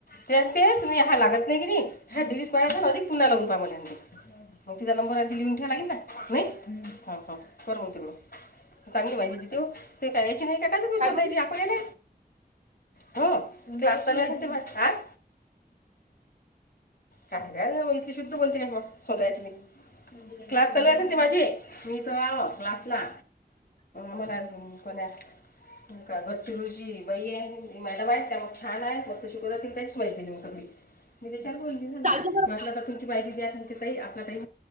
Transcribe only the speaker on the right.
काय
करू
चालतो बरं